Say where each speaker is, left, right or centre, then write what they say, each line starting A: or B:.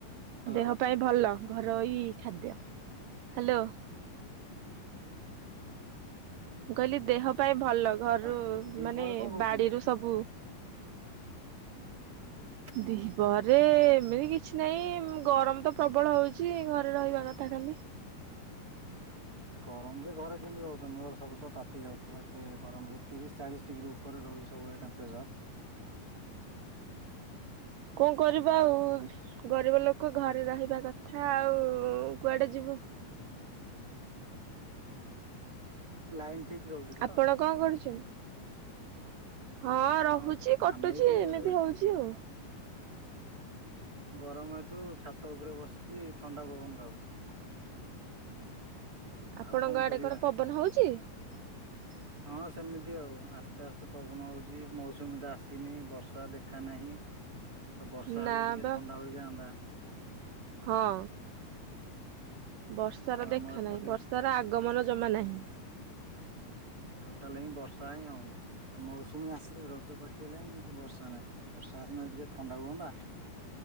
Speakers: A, on the right (about 25°); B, on the right (about 80°).
A: ହ୍ୟାଲୋ
B: ଦେହ ପାଇଁ ଭଲ ଘରୋଇ ଖାଦ୍ୟ ହ୍ୟାଲୋ। କହିଲି ଦେହ ପାଇଁ ଭଲ ଘରୁ
A: ଆଉ ଦିପହରେ
B: ମାନେ
A: କଣ କରୁଛନ୍ତି?
B: ବାଡିରୁ ସବୁ
A: ହୁଁ
B: ଦିପ୍ରହରେ ରେ ଏମିତି କିଛି ନାହିଁ ଗରମ ତ ପ୍ରବଳ ହଉଛି ଘରେ ରହିବା କଥା ଖାଲି।
A: ଗରମରେ ଘରେ କେମିତି ରହୁଛନ୍ତି ଘ ସବୁ ତ ତାତି ଯାଉଥିବ ଏତେ ଗରମ ରେ ତିରିଶ ଚାଳିଶ ଡିଗ୍ରୀ ଉପ ଉପରେ ରହୁଛି ସବୁଳେ ଟେମ୍ପରେଚର
B: କଣ କରିବା ଆଉ ଗରିବ ଲୋକ ଘରେ ରହିବା କଥା ଆଉ କୁଆଡେ ଯିବୁ?
A: ଲାଇନ୍ ଠିକ୍ ରହୁଛି ତ?
B: ଆପଣ କଣ କରୁଛୁ? ହଁ
A: କଣ
B: ରହୁଛି କଟୁଛି
A: ଆମେ ଏଇଠି
B: ଏମିତି
A: ଏବେ
B: ହଉଛି ଆଉ।
A: ଗରମ ହେତୁ ଛାତ ଉପରେ ବସିକି ଥଣ୍ଡା ପବନ ଖାଉଛୁ।
B: ଆପଣଙ୍କ
A: ଆଉ କଣ
B: ଆଡେ
A: କରିବା।
B: ପବନ <inaudible>
A: ହଁ ସେମିତି ଆଉ ଆସ୍ତେ ଆସ୍ତେ ପବନ ହଉଛି ମୌସୁମୀ ତ ଆସିନି ବର୍ଷା ଦେଖା ନାହିଁ
B: <inaudible>
A: ତ ବର୍ଷା ହେଲେ
B: ନା
A: ଟିକେ
B: ବା
A: ଥଣ୍ଡା ହୋଇଯାଆନ୍ତା
B: ହଁ। ବର୍ଷାର
A: ତ ଆମ
B: ଦେଖା
A: ଏପଟେ
B: ନାହିଁ ବର୍ଷାର ଆଗମନ ଜମା ନାହିଁ।
A: ଟୋଟାଲ ହିଁ ବର୍ଷା ହିଁ ହଉନି ମୌସୁମୀ ଆସିଲେ ରଜ ପାଖେ ଲାନି, କିନ୍ତୁ ବର୍ଷା ନାହିଁ ବର୍ଷା ହେଲେ ଟିକେ ଥଣ୍ଡା ହୁଅନ୍ତା